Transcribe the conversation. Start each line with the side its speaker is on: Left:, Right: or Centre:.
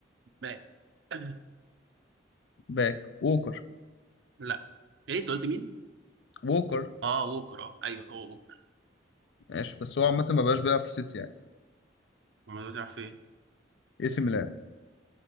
Right: لا <coughs>
Left: باك ووكر
Right: لا ايه انت قلت مين
Left: ووكر
Right: اه ووكر اه ايوه هو ووكر
Left: ماشي بس هو عامة ما بقاش بيلعب في سيتي يعني
Right: امال هو بيلعب فين
Left: اي سي ميلان